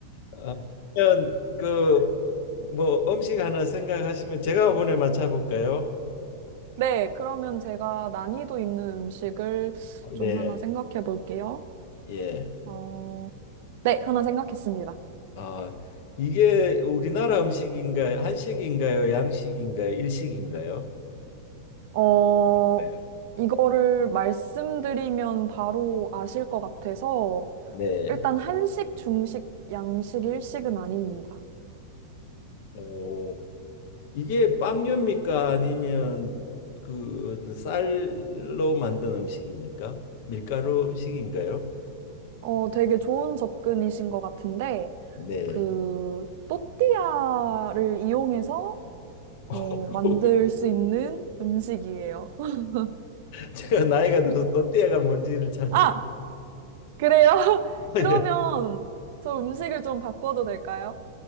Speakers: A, on the left; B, on the right.
A: 아, 그러면 그, 뭐, 음식 하나 생각하시면 제가 이번에 맞춰볼까요?
B: 네, 그러면 제가 난이도 있는 음식을
A: 어,
B: 좀
A: 네,
B: 하나 생각해 볼게요.
A: 예.
B: 어, 네, 하나 생각했습니다.
A: 아, 이게 우리나라 음식인가요? 한식인가요? 양식인가요? 일식인가요?
B: 어,
A: 네.
B: 이거를 말씀드리면 바로 아실 것 같아서,
A: 네.
B: 일단 한식, 중식, 양식, 일식은 아닙니다.
A: 오. 이게 빵류입니까? 아니면 그 쌀로 만든 음식입니까? 밀가루 음식인가요?
B: 어, 되게 좋은 접근이신 것 같은데,
A: 네.
B: 그, 또띠아를 이용해서, 어,
A: <laughs>
B: 만들 수 있는 음식이에요. <laughs>
A: 제가 나이가 들어서 또띠아가 뭔지를 잘
B: 아!
A: 못.
B: 그래요? <laughs>
A: <laughs>
B: 그러면
A: 예.
B: 저 음식을 좀 바꿔도 될까요?